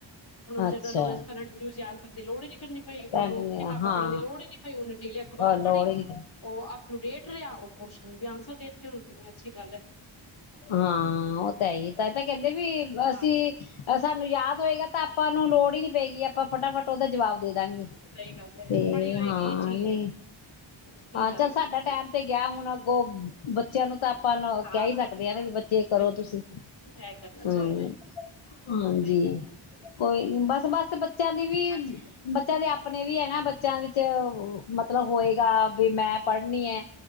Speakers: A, on the left (about 50°); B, on the left (about 70°).
A: ਉਹ ਨੂੰ ਜਨਰਲ
B: ਅੱਛਾ
A: ਨਜ ਕਰੰਟ ਨਿਊਜ਼ ਯਾਦ ਕਰਨ ਦੀ ਲੋੜ ਹੀ ਨੀ ਕਰਨੀ ਪਈ ਉਹਨੂੰ
B: ਕਰੰਟ ਨੇ
A: ਕਿਤਾਬਾਂ
B: ਹਾਂ
A: ਪੜ੍ਹਨ ਦੀ ਲੋੜ ਹੀ ਨੀ ਪਈ ਉਹਨੂੰ ਡੇਲੀ ਅਖ਼ਬਾਰ
B: ਉਹ ਲੋੜ
A: ਪੜ੍ਹੀ
B: ਹੀ ਨੀ
A: ਉਹ ਅਪ ਟੂ ਡੇਟ ਰਿਹਾ ਉਹ ਖੁਸ਼। ਕਿ ਅੰਨਸਰ ਦੇਤੇ ਹੋਣ ਕਿਨੀ ਅੱਛੀ ਗੱਲ ਐ।
B: ਹਾਂ ਉਹ ਤਾਂ ਹੈ ਹੀ ਤਾਂ ਤਾਂ ਕਹਿੰਦੇ ਵੀ ਅਸੀਂ
A: ਹਾਂਜੀ
B: ਸਾਨੂੰ ਯਾਦ ਹੋਏਗਾ। ਤਾਂ ਆਪਾਂ ਨੂੰ ਲੋੜ ਹੀ ਨੀ ਪਏਗੀ ਆਪਾਂ ਫਟਾਫਟ ਉਹਦਾ ਜਵਾਬ ਦੇਦਾਂਗੇ
A: ਸਹੀ ਗੱਲ ਹੈ
B: ਤੇ
A: ਪੜ੍ਹੀ ਹੋਏਗੀ
B: ਹਾਂ
A: ਇਹ ਚੀਜ਼
B: ਨਹੀਂ
A: ਠੀਕ
B: ਹਾਂ
A: ਗੱਲ
B: ਚੱਲ
A: ਹੈ
B: ਸਾਡਾ
A: ਬਿਲਕੁਲ
B: ਟੈਮ ਤੇ ਗਿਆ ਹੁਣ ਅ ਔ ਬੱਚਿਆਂ ਨੂੰ ਤਾਂ ਆਪਾਂ ਨੂੰ
A: ਹਾਂ
B: ਕਹਿ ਹੀ ਸਕ ਕਹਿੰਦੇ ਵੀ ਬੱਚੇ ਕਰੋ
A: ਬਿਲਕੁਲ
B: ਤੁਸੀਂ,
A: ਇਹ ਕਰਨਾ ਚਾਹੀਦਾ
B: ਹੁੰ ਹਾਂਜੀ
A: ਸਹੀ ਗੱਲ
B: ਕੋਈ ਬਸ <unintelligible> ਬੱਚਿਆਂ ਦੀ ਵੀ
A: ਹਾਂਜੀ
B: ਬੱਚਿਆਂ ਦੇ ਆ ਆਪਣੇ ਵੀ ਹੈ ਨਾ ਬੱਚਿਆਂ ਵਿੱਚ ਮਤਲਬ ਹੋਏਗਾ, ਵੀ ਮੈਂ ਪੜ੍ਹਨੀ ਹੈ।